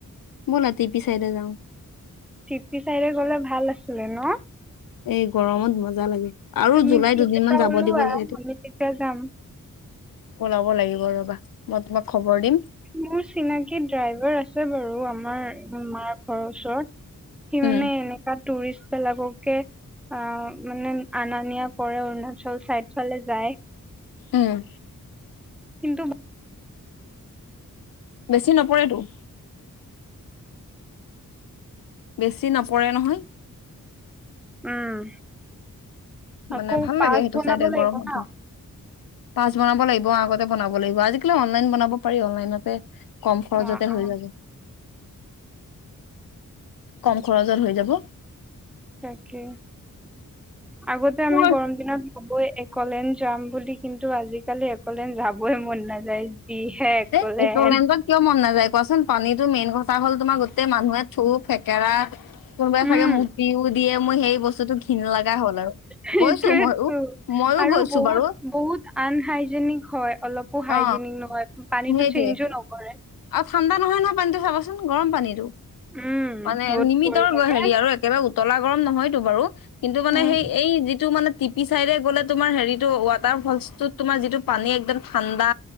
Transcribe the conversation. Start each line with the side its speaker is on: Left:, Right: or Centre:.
Left: ব'লা তিপি চাইডে যাওঁ?
Centre: থিপি ছাইডে গ'লে ভাল আছিলে ন'?
Left: এই গৰমত মজা লাগে। আৰু
Centre: তুমি
Left: জুলাই
Centre: ট্ৰিপ
Left: দুদিনমান
Centre: এটা
Left: যাব
Centre: ওলোৱা
Left: দিব লাগে।
Centre: আমি তেতিয়া যাম।
Left: ওলাব লাগিব ৰবা। মই তোমাক খবৰ দিম।
Centre: মোৰ চিনাকি ড্ৰাইভাৰ আছে বাৰু। আমাৰ মাৰ ঘৰৰ ওচৰত। সিমানে
Left: উম
Centre: এনেকা টুৰিষ্টবেলাককে অ' মানে আনা-নিয়া কৰে। অৰুণাচল ছাইদ ফালে যায়।
Left: উম।
Centre: কিন্তু
Left: বেছি নপৰেতো। বেছি নপৰে নহয়।
Centre: উম।
Left: মানে
Centre: আকৌ
Left: ভাল
Centre: পাছ
Left: লাগে, সেইটো
Centre: বনাব
Left: চাইডে
Centre: লাগিব
Left: গৰমতো।
Centre: ন
Left: পাছ বনাব লাগিব, আগতে বনাব লাগিব। আজিকালি অনলাইন বনাব পাৰি অনলাইনতে। কম খৰচতে
Centre: অ',
Left: হৈ
Centre: অ',
Left: যাব। কম খৰচত হৈ যাব।
Centre: তাকে। আগতে
Left: মোৰ
Centre: আমি গৰম দিনত কবয়ে একলেন যাম বুলি। কিন্তু আজিকালি কলেন যাবই মন নাযায়। যি হে একলেন।
Left: এ একলেণ্ডত কিয় মন নাযায় কোৱাচোন পানীটো মেইন কথা হ'ল তোমাৰ গোটেই মানুহে থূ- খেকেৰা কোনোবাই
Centre: উম
Left: চাগে মুটিও দিয়ে। মোৰ সেই বস্ স্তুটো ঘিন লগা হ'ল আৰু।
Centre: সেইটোয়েতো
Left: গৈছোঁ মইয়ো। মইয়ো
Centre: আৰু
Left: গৈছোঁ
Centre: বহুত
Left: বাৰু।
Centre: বহুত আনহাইজেনিক হয়। অলপো হাইজেনিক
Left: অ
Centre: নহয়। পানীটো
Left: সেইটোয়ে
Centre: চেঞ্জো নকৰে।
Left: আৰু ঠাণ্ডা নহয় নহয়, পানীটো চাবচোন। গৰম পানীটো।
Centre: উম
Left: মানে
Centre: ৰ'দ
Left: লিমিতৰ
Centre: পৰি থাকে
Left: হেৰি আৰু একেবাৰে উ তলা গৰম নহয়টো বাৰু। কিন্তু মানে
Centre: উম
Left: সেই এই যিটো মানে টিপি চাইডে গ'লে, তোমাৰ হেৰিটো ৱাটাৰ ফলছটোত তোমাৰ যিটো পানী একদম ঠাণ্ডা